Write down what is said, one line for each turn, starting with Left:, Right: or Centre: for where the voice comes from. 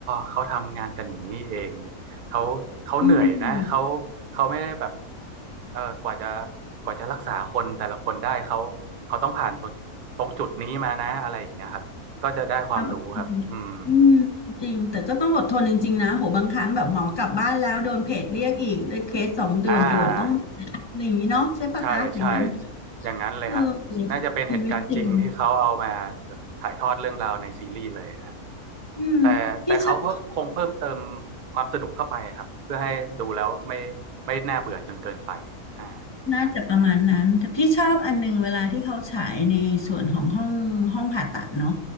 Right: เขาทำงานกันอย่างนี้เองเขาเขาเหนื่อยนะเขา
Left: มอืม
Right: เขาไม่ได้แบบเออกว่าจะกว่าจะรักษาคนแต่ละคนได้เขาเขาต้องผ่านตรงตรงจุดนี้มานะอะไรอย่างเงี้ยครับก็จะได้ความรู้ครับอืม
Left: ความอดทนอืมจริงแต่ก็ต้องอดทนจริงๆนะโหบางครั้งแบบหมอกลับบ้านแล้วโดนเพจเรียกอีกด้วยเคสสองด่วนด่วนต้อง
Right: อ่า
Left: อะไรอย่างนี้เนาะใช่ปะคะอย่างนั้น
Right: ใช่ใช่อย่างนั้นเลยฮะน่าจะเป็นเหตุการณ์จริงที่เขาเอามา
Left: เออชีวิตจริง
Right: ถ่ายทอดเรื่องราวในซีรีส์เลยฮะ
Left: อืมพี่ชอบ
Right: แต่แต่เขาก็คงเพิ่มเติมความสนุกเข้าไปครับเพื่อให้ดูแล้วไม่ไม่น่าเบื่อจนเกินไปอ่า
Left: น่าจะประมาณนั้นแต่พี่ชอบอันหนึงเวลาที่เขาฉายในส่วนของห้องห้องผ่าตัดเนาะ